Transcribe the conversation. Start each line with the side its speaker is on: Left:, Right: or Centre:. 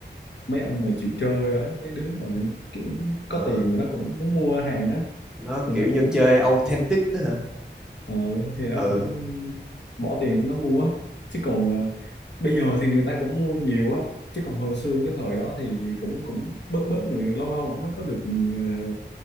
Left: mấy ông mà chịu chơi á mấy đứa mà kiểu
Centre: Ờ,
Left: có tiền mà nó cũng muốn mua hàng á
Centre: nó
Left: thì
Centre: kiểu
Left: nó
Centre: dân
Left: cũng
Centre: chơi authentic đó hả
Left: ờ, thì nó
Centre: ừ
Left: cũng bỏ tiền nó mua chứ còn ờ, bây giờ thì người ta cũng mua nhiều á chứ còn hồi xưa cái thời đó thì cũng cũng bớt bớt người lâu lâu cũng mới có được ờ,